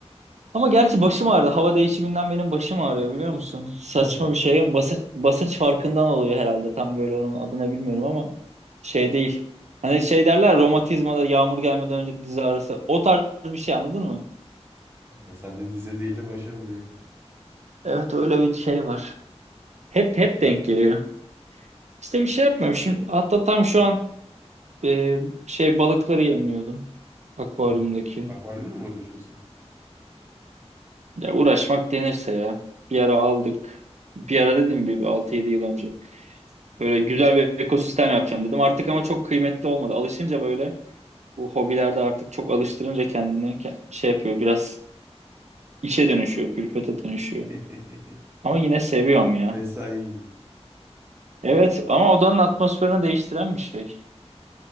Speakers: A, on the right; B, on the right.
A: Ama gerçi başım ağrıdı. Hava değişiminden benim başım ağrıyor biliyor musun? Saçma
B: Tamam.
A: bir şey. Basınç, basınç farkından oluyor herhalde. Tam böyle onun adını bilmiyorum ama şey değil. Hani şey derler romatizmada yağmur gelmeden önce diz ağrısı. O tarz bir şey anladın mı?
B: Yani sen de dize değil de başa vuruyor.
A: Evet öyle bir şey var. Hep hep denk geliyor. İşte bir şey yapmıyorum. Şimdi hatta tam şu an Ee, şey balıkları yemliyordum akvaryumdaki.
B: Ha, akvaryumla mı uğraşıyorsun?
A: Ya uğraşmak denirse ya. Bir ara aldık. Bir ara dedim bir 6-7 yıl önce. Böyle güzel bir ekosistem yapacağım dedim. Artık ama çok kıymetli olmadı. Alışınca böyle bu hobilerde artık çok alıştırınca kendini ke- şey yapıyor. Biraz işe dönüşüyor, külfete dönüşüyor.
B: <laughs>
A: Ama yine seviyorum ya.
B: Mesai gibi.
A: Evet ama odanın atmosferini değiştiren bir şey.